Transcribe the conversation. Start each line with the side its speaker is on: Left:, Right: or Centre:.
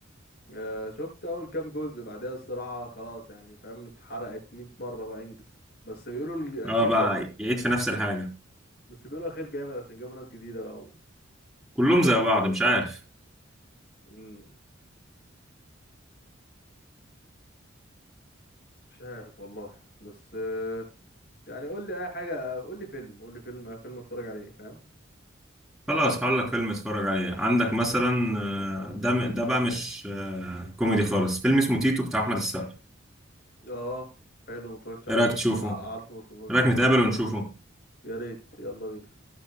Left: آه، شفت اول كام جزء بعدها الصراحة خلاص يعني فاهم اتحرقت 100 مرة بقى انجز بس بيقولوا الاخير
Centre: اه بقى
Left: جامد
Centre: يعيد في نفس الحاجه
Left: بس بيقولوا الاخير جامد عشان جابوا ناس جديدة بقى
Centre: كلهم
Left: ونفادي
Centre: زي بعض
Left: بقى
Centre: مش
Left: وكده
Centre: عارف
Left: مم، مش عارف والله بس آه، يعني قول لي اي حاجة قول لي فيلم قول لي فيلم أي فيلم اتفرج عليه فاهم
Centre: خلاص هقول لك فيلم اتفرج عليه عندك مثلا آه، ده ده بقى مش آه، كوميدي خالص فيلم اسمه تيتو بتاع احمد السقا
Left: اه حلو متفرجتش عليه
Centre: ايه رايك تشوفه
Left: ع-
Centre: ايه
Left: عارفه بس متفرجتش
Centre: رايك
Left: عليه
Centre: نتقابل
Left: بس
Centre: ونشوفه
Left: قشطة. يا ريت يلا بينا